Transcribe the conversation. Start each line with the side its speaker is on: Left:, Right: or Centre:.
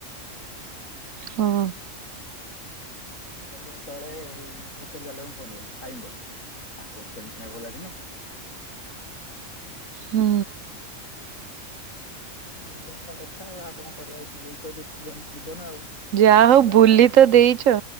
Right: ହଁ।
Left: ଫୋନ କଲୁ ଏତେବେଳେ ହୋଟେଲ ବାଲାଙ୍କୁ ଫୋନ କଲୁ ଖାଇମୁ ବୋଲି। ଆଉ ହୋଟେଲ ସିନା ଖୋଲା ଥିଲେ।
Right: ହୁଁ।
Left: ଏଇଆ ହେଲା କଥା ଆଉ ଆଉ କଣ କରିବା ଏଇତ ଦୁଃଖୀ ଜୀବନ ଆଉ।
Right: ଯାହା
Left: ଜଞ୍ଜାଳମୟ
Right: ହଉ ବୁଲି ତ ଦେଇଛ।